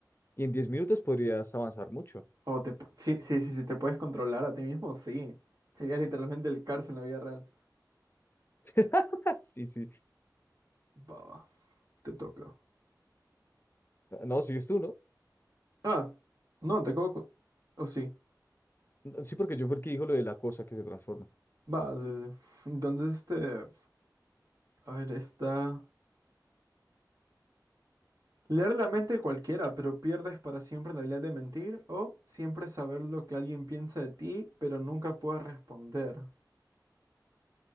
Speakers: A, on the left (about 30°); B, on the right (about 55°).
A: y en 10 minutos podrías avanzar mucho.
B: O te, pu- sí, sí, sí, sí, te puedes controlar a ti mismo, sí. Sería literalmente el cárcel en la vida real.
A: <laughs> Sí, sí.
B: Va, va, te toca.
A: No, sigues tú, ¿no?
B: Ah, no, te coco. O sí.
A: No, Sí, porque yo fue el que dijo lo de la cosa que se transforma.
B: Va, sí, sí. Entonces, este, a ver, esta. Leer la mente de cualquiera, pero pierdes para siempre la habilidad de mentir, o siempre saber lo que alguien piensa de ti, pero nunca puedes responder.